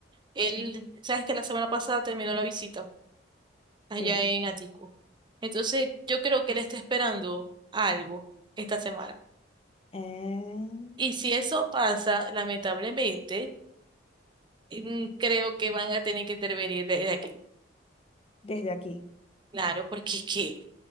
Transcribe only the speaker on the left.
Sí.
Eh,
desde aquí.